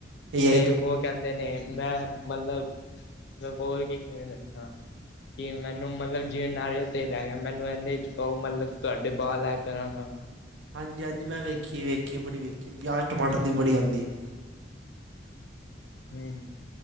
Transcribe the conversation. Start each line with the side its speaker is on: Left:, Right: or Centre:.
Right: ਏ ਆਈ
Left: ਤੇ
Right: ਤੋਂ
Left: ਉਹ ਕਹਿੰਦੇ ਨੇ ਮੈਂ ਮਤਲਬ, ਮੈਂ ਬੋਲ ਕੇ ਕਿਵੇਂ ਦੱਸਾਂ। ਕਿ ਮੈਨੂੰ ਮਤਲਬ ਜਿਵੇਂ ਨਾਰੀਅਲ ਤੇਲ ਹੈੈ ਗਿਆ ਮੈਨੂੰ ਇਹਦੇ ਚ ਪਾਹੋ ਮਤਲਬ ਤੁਹਾਡੇ ਬਾਹਾਲ ਲੈ ਕਰਾਂਗਾ।
Right: ਹਾਂਜੀ ਹਾਂਜੀ, ਮੈਂ ਵੇਖੀਏ ਵੇਖੀਏ ਬੜੀ ਵੇਖੀਏ ਪਿਆਜ਼ ਟਮਾਟਰ
Left: ਹੂੰ
Right: ਦੀ ਬੜੀ ਆਉਂਦੀ ਹੈ।
Left: ਹੂੰ।